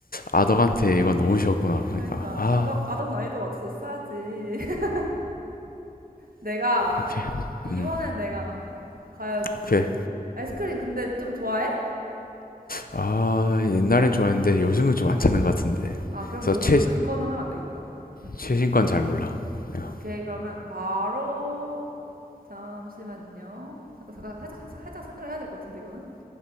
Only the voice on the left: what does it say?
아덕한테 이건 너무 쉬웠구나, 보니까.
아,
오케이.
음,
오케이.
아, 옛날엔 좋아했는데 요즘은 좀 안 찾는 것 같은데.
그래서
최,
최신 건 잘 몰라. 내가.